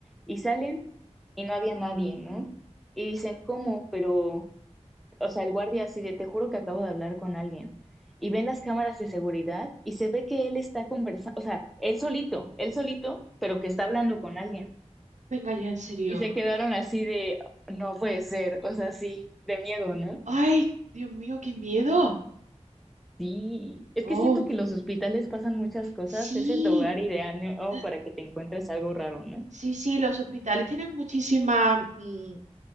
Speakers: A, in the centre; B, on the right.
A: y salen y no había nadie, ¿no? Y dicen, ¿cómo? Pero o sea, el guardia así de, te juro que acabo de hablar con alguien. Y ven las cámaras de seguridad y se ve que él está conversando, o sea, él solito, él solito, pero que está hablando con alguien.
B: Venga ya, en serio.
A: Y se quedaron así de, no puede ser, o sea, sí, de miedo, ¿no?
B: Ay, Dios mío, qué miedo.
A: Sí, es
B: Oh,
A: que siento que los hospitales pasan muchas cosas,
B: sí,
A: es el lugar ideal ¿no?
B: l-
A: para que te encuentres algo raro, ¿no?
B: sí, sí, los hospitales tienen muchísima mm,